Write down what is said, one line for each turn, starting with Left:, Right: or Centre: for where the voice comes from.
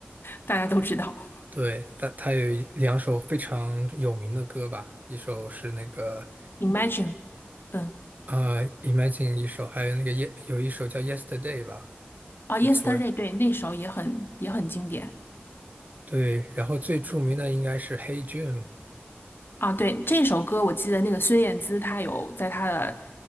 Left: 大家都知道。
Right: 对，他他有两首非常有名的歌吧，一首是那个
Left: Imagine，嗯，
Right: 啊、呃，Imagine》，一首还有那个耶，有一首叫《Yesterday》吧，
Left: 啊，Yesterday，
Right: 就昨
Left: 对，那首也很也很经典
Right: 对，然后最著名的应该是《Hey Jude》，
Left: 啊。对，这首歌我记得那个孙燕姿她有在她的